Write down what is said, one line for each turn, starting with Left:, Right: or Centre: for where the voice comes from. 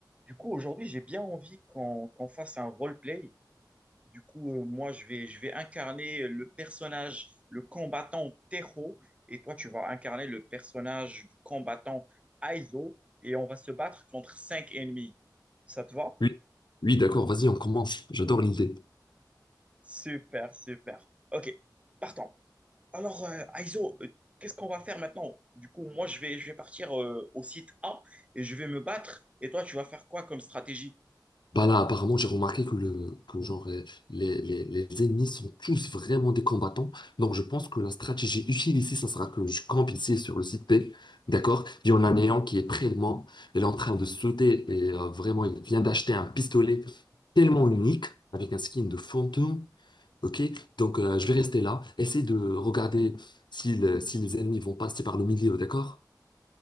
Right: Du coup, aujourd'hui, j'ai bien envie qu'on qu'on fasse un roleplay. Du coup, euh, moi, je vais, je vais incarner le personnage, le combattant Tero, et toi, tu vas incarner le personnage du combattant Aizo, et on va se battre contre cinq ennemis. Ça te va?
Left: Oui, oui, d'accord, vas-y, on commence. J'adore l'idée.
Right: Super, super. Ok, partons. Alors, euh, Aizo, euh, qu'est-ce qu'on va faire maintenant? Du coup, moi, je vais, je vais partir euh, au site A et je vais me battre, et toi, tu vas faire quoi comme stratégie?
Left: Bah là, apparemment, j'ai remarqué que, le, que genre, euh, les, les, les ennemis sont tous vraiment des combattants. Donc, je pense que la stratégie utile ici, ça sera que je campe ici sur le site B. D'accord? Il y en a un néant qui est près de moi. Il est en train de sauter et euh, vraiment, il vient d'acheter un pistolet tellement unique avec un skin de fantôme. Ok? Donc, euh, je vais rester là. Essaye de regarder si, le- si les ennemis vont passer par le milieu. D'accord?